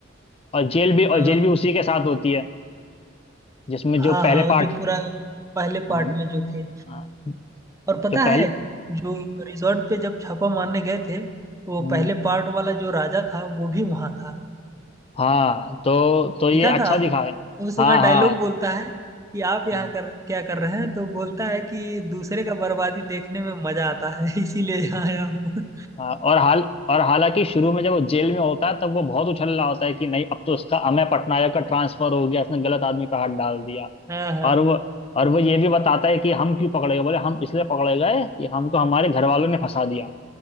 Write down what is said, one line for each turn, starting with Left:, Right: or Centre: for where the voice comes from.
Left: और जेल भी और
Right: अ,
Left: जेल भी उसी के साथ होती है जिसमें
Right: हाँ
Left: जो पहले
Right: हाँ
Left: पार्ट
Right: जो पूरा पहले पार्ट
Left: हाँ,
Right: में जो थे
Left: हाँ,
Right: और
Left: जो
Right: पता
Left: पहले
Right: है जो रिजॉर्ट पे जब छापा मारने गए थे तो वो
Left: हम्म,
Right: पहले पार्ट वाला जो राजा था वो भी वहां था
Left: हाँ तो तो ये
Right: दिखा
Left: अच्छा
Right: था
Left: दिखा है
Right: उस समय
Left: हाँ
Right: डायलॉग
Left: हाँ
Right: बोलता है कि आप यहाँ
Left: हम्म,
Right: कर क्या कर रहे हैं तो बोलता है कि दूसरे का बर्बादी देखने में मजा आता है <laughs> इसीलिए यहाँ आया हूँ <laughs>
Left: हाँ और हाल और हालांकि शुरू में जब वो जेल में होता है तब वो बहुत उछल रहा होता है कि नहीं अब तो इसका अमय पटनायक का ट्रांसफर हो गया इसने गलत आदमी पर हाथ डाल दिया
Right: हाँ हाँ
Left: और वो और वो ये भी बताता है कि हम क्यों पकड़े गए बोले हम इसलिए पकड़े गए कि हमको हमारे घर वालों ने फंसा दिया